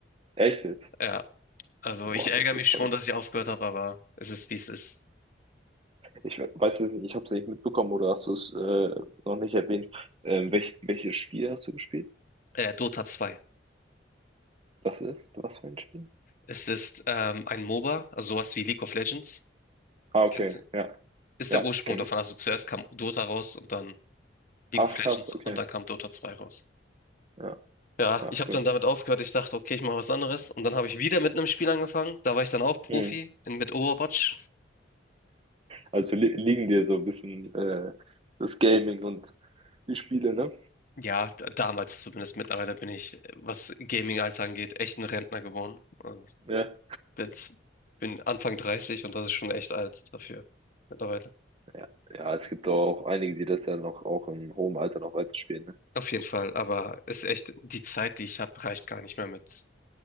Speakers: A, on the right; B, on the left.
A: Echt jetzt?
B: Ja, also
A: Boah,
B: ich ärgere
A: das
B: mich
A: ist
B: schon,
A: verrückt.
B: dass ich aufgehört habe, aber es ist, wie es ist.
A: Ich weiß jetzt nicht, ich habe es nicht mitbekommen oder hast du es äh, noch nicht erwähnt. Ähm, welch, welches Spiel hast du gespielt?
B: Äh, Dota 2.
A: Das ist, was für ein Spiel?
B: Es ist ähm, ein MOBA, also sowas wie League of Legends.
A: Ah, okay,
B: Kennst du-
A: ja,
B: Ist
A: ja,
B: der Ursprung
A: kenne
B: davon.
A: ich.
B: Also zuerst kam Dota raus und dann League
A: Ach,
B: of
A: krass,
B: Legends
A: okay,
B: und dann kam Dota 2 raus.
A: ja,
B: Ja,
A: ach,
B: ich habe
A: cool.
B: dann damit aufgehört. Ich dachte, okay, ich mache was anderes. Und dann habe ich wieder mit einem Spiel angefangen. Da war ich dann auch Profi
A: Hm.
B: in, mit Overwatch.
A: Also li liegen dir so ein bisschen äh, das Gaming und die Spiele, ne?
B: Ja, d- damals zumindest. Mittlerweile bin ich, äh, was Gaming-Alter angeht, echt ein Rentner geworden. Also ich
A: Ja,
B: bin's, bin Anfang 30 und das ist schon echt alt dafür mittlerweile.
A: ja, ja, es gibt auch einige, die das ja noch auch im hohen Alter noch weiterspielen, ne?
B: Auf jeden Fall, aber ist echt, die Zeit, die ich habe, reicht gar nicht mehr mit,